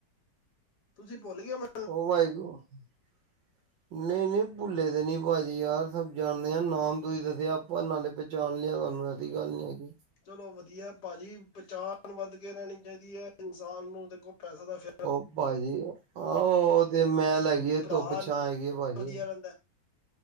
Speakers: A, on the left; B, on the right.
A: ਤੁਸੀਂ ਭੁੱਲ ਗਏ ਮੈਂ
B: ਓ ਮਾਈ ਗੋ <unintelligible> ਨਈ-ਨਈ ਭੁੱਲੇ ਦੇ ਨੀ ਭਾਜੀ ਯਾਰ ਸਭ ਜਾਣਦੇ ਆ ਨਾਮ ਤੁਸੀਂ ਦੱਸਿਆ ਆਪਾਂ ਨਾਲੇ ਜਾਣ ਲਿਆ ਤੁਹਾਨੂੰ ਐਸੀ ਗੱਲ ਨੀ ਹੈਗੀ।
A: ਚਲੋ ਵਧੀਆ ਭਾਜੀ ਪਹਿਚਾਣ ਵੱਧ ਕੇ ਰੈਣੀ ਚਾਈਦੀ ਐ ਇਨਸਾਨ ਨੂੰ ਦੇਖੋ ਪੈਸਾ ਦਾ ਫ
B: ਓ ਭਾਜੀ ਆਹ ਤੇ ਮੈਲ
A: ਵੀ
B: ਹੈਗੀ ਆ
A: ਭਰਾ
B: ਧੁੱਪ ਛਾਂ ਹੈਗੀ ਐ ਭਾਜੀ।
A: ਵਧੀਆ ਰਹਿੰਦਾ ਹੈ।